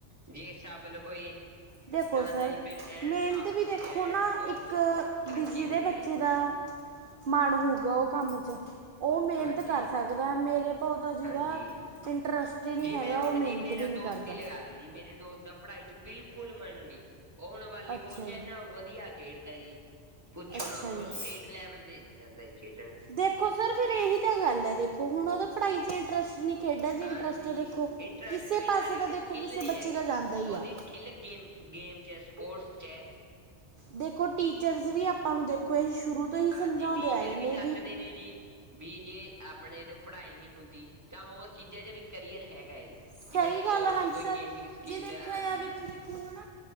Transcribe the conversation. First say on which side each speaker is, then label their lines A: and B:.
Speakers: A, on the right (about 15°); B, on the right (about 55°).
A: ਜੇ ਸਫਲ ਹੋਏ
B: ਦੇਖੋ
A: ਤਾਂ
B: ਸਰ,
A: ਤਾਂ ਜੀ ਫਿਰ ਐਨ
B: ਮਿਹਨਤ
A: ਸਫਲ
B: ਵੀ
A: ਹੁੰਦੇ
B: ਦੇਖੋ
A: ਐਨ
B: ਨਾ
A: ਬਹੁਤ
B: ਇੱਕ,
A: ਤਰੱਕੀ
B: ਬੀ ਜੀਦੇ
A: ਹੁੰਦੀ
B: ਬੱਚੇ
A: ਹੈ ਜੀ
B: ਦਾ ਮਨ ਹੋਊਗਾ ਉਹ ਕੰਮ'ਚ, ਉਹ ਮਿਹਨਤ
A: ਹਾਂਜੀ
B: ਕਰ ਸਕਦਾ, ਮੇਰੇ ਭਾਉ ਤਾਂ ਜਿਹਦਾ
A: ਹਾਂਜੀ,
B: ਇੰਟਰਸਟ ਹੀ ਨਹੀਂ
A: ਜਿਵੇਂ
B: ਹੈਗਾ
A: ਹੁਣ
B: ਉਹ ਮਿਹਨਤ
A: ਜੀ ਮੇਰਾ
B: ਵੀ ਨਹੀਂ
A: ਦੋਸਤ
B: ਕਰਦਾ
A: ਹੀ ਲਗਾਲੋ ਜੀ, ਮੇਰੇ ਦੋਸਤ ਦਾ ਪੜ੍ਹਾਈ'ਚ ਬਿਲਕੁਲ ਮੰਨ ਨੀ, ਉਹ ਹੁਣ ਵਾਲੀਬੋਲ'ਚ
B: ਅੱਛਾ ਜੀ
A: ਇੰਨਾ ਵਧੀਆ ਖੇਡਦਾ ਜੀ। ਪੁੱਛੋ
B: ਅੱਛਾ
A: ਨਾ ਹੁਣ
B: ਜੀ
A: ਉਹ ਸਟੇਟ ਲੈਵਲ ਤੇ ਜਾਂਦਾ ਜੀ ਖੇਡਣ।
B: ਦੇਖੋ ਸਰ ਫਿਰ ਇਹੀ ਤਾ ਗੱਲ ਐ ਦੇਖੋ, ਹੁਣ ਉਹਦਾ ਪੜ੍ਹਾਈ'ਚ ਇੰਟਰਸ ਖੇਡਾਂ ਦੀ
A: ਹਾਂਜੀ
B: ਇੰਟਰਸਟ ਦੇਖੋ,
A: ਇੰਟਰਸਟ
B: ਕਿਸੇ
A: ਵੀ
B: ਪਾਸੇ
A: ਨਾਲੇ
B: ਦਾ
A: ਉਹਦੀ ਸਕਿੱਲ
B: ਦੇਖੋ ਕਿਸੇ
A: ਨੀ
B: ਬੱਚੇ
A: ਹੈਗੀ
B: ਦਾ
A: ਜੀ
B: ਜਾਂਦਾ ਈ
A: ਉਹਦੀ
B: ਆ।
A: ਸਕਿੱਲ ਗੇਮ, ਗੇਮ 'ਚ ਐ ਸਪੋਰਟਸ 'ਚ ਐ।
B: ਦੇਖੋ ਟੀਚਰਸ ਵੀ ਆਪਾਂ ਨੂੰ ਦੇਖੋ ਇਹ ਸ਼ੁਰੂ ਤੋਂ ਹੀ
A: ਹਾਂਜੀ,
B: ਸਮਝਾਉਂਦੇ
A: ਟੀਚਰ
B: ਆਏ ਨੇ
A: ਵੀ ਦੱਸਦੇ ਨੇ ਜੀ। ਵੀ ਜੇ ਆਪਣੇ ਤੋਂ ਪੜ੍ਹਾਈ ਨਹੀਂ ਹੁੰਦੀ, ਤਾਂ ਹੋਰ ਚੀਜ਼ਾਂ 'ਚ ਵੀ ਕਰੀਅਰ ਹੈਗਾ ਹੈਜੀ।
B: ਸਹੀ
A: ਜਿਵੇਂ ਸ੍ਪੋਰਟਸ
B: ਗੱਲ ਹੈ ਹਾਂਜੀ
A: ਕੋਈ
B: ਸਰ
A: ਗੇਮਿੰਗ ਸਕਿੱਲ,
B: ਜੇ ਦੇਖਿਆ
A: ਹਾਂਜੀ।
B: ਜਾਵੇ ਤਾਂ ਦੇਖੋ ਹੁਣ